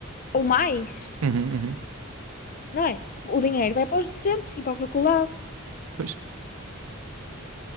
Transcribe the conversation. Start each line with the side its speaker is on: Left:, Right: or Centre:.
Left: ou mais,
Right: Uhum, uhum.
Left: não é? O dinheiro vai para os docentes e para a faculdade.
Right: Pois.